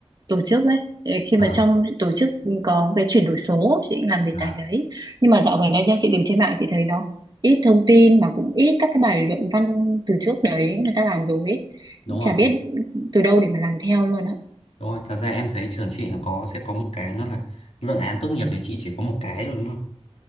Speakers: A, on the right; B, on the left.
A: tổ chức ấy. Ờ, Khi mà
B: ờ,
A: trong tổ chức có cái chuyển đổi số, chị làm đề tài
B: ờ,
A: đấy. Nhưng mà dạo gần đây nha chị tìm trên mạng chị thấy nó ít thông tin mà cũng ít các cái bài luận văn từ trước đấy người ta làm rồi ấy.
B: đúng rồi
A: Chả biết từ đâu để mà làm theo luôn á.
B: đúng rồi thật ra em thấy trường chị nó có sẽ có một cái nó là luận án tốt nghiệp thì chị chỉ có một cái thôi đúng không